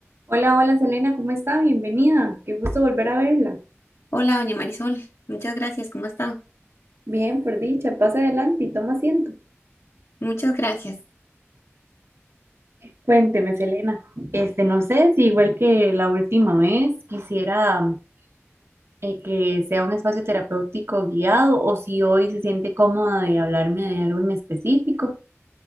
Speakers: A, on the right; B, on the left.
A: Hola, hola Selena, ¿cómo está? Bienvenida. Qué gusto volver a verla.
B: Hola, doña Marisol. Muchas gracias. ¿Cómo está?
A: Bien, por dicha, pase adelante y toma asiento.
B: Muchas gracias.
A: Cuénteme, Selena. Este, no sé si igual que la última vez quisiera eh, que sea un espacio terapéutico guiado o si hoy se siente cómoda de hablarme de algo en específico.